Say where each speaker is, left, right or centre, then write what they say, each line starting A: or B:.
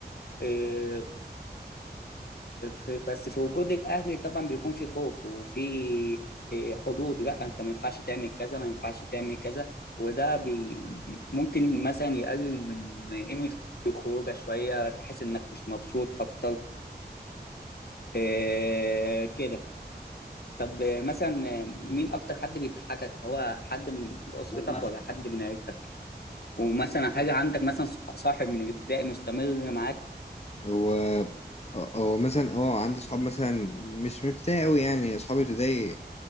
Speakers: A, on the left; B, on the left.
A: آه، في بس في وجود الاهل طبعا بيكون في خوف وفي إيه، حدود لا انت ما ينفعش تعمل كذا ما ينفعش تعمل كذا وده بي ممكن مثلا يقلل من قيمة الخروجه شوية تحس انك مش مبسوط اكتر إيه كده طب آه، مثلا آه، مين اكتر حد بيضحكك هو حد من اسرتك
B: ومثلا
A: ولا حد من عيلتك ومثلا حاجة عندك مثلا صح- صاحب من الابتدائي مستمر معاك
B: هو هو مثلا اه عندي صحاب مثلا مش من ابتدائي قوي يعني اصحابي ابتدائي